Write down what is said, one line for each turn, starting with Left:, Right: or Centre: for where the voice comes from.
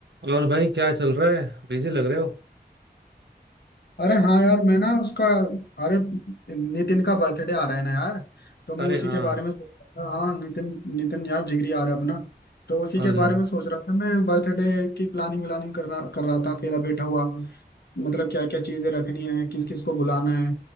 Right: और भाई क्या चल रहा है बिजी लग रहे हो
Left: अरे हाँ यार मैं ना उसका अरे नितिन का बर्थडे आ रहा है ना यार तो मैं
Right: अरे
Left: उसी
Right: हाँ
Left: के बारे में सोच रहा था हाँ नितिन नितिन यार जिगरी आ रहा है अपना तो उसी के
Right: अरे
Left: बारे में सोच रहा था मैं बर्थडे की प्लानिंग व्लानिंग करना कर रहा था अकेला बैठा हुआ मतलब क्या क्या चीजें रखनी है किस किस को बुलाना है